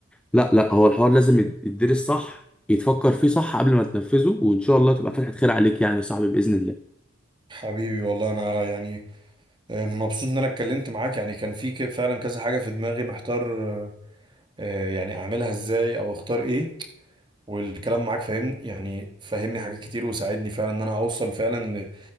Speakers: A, in the centre; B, on the right.
A: لا لا هو الحوار لازم يت- يتدرس صح يتفكر فيه صح قبل ما تنفذه وان شاء الله تبقى فتحة خير عليك يعني يا صاحبي باذن الله
B: حبيبي والله انا يعني آه، مبسوط ان انا اتكلمت معاك يعني كان في ك- فعلا كذا حاجة في دماغي محتار آه، آه، يعني اعملها ازاي او اختار ايه والكلام معاك فاهم يعني فهمني حاجات كتير وساعدني فعلا ان انا اوصل فعلا ل-